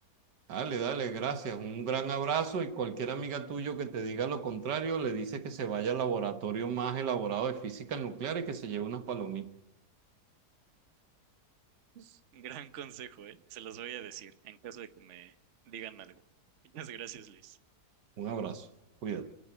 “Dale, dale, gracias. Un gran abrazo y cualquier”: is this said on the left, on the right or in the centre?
Right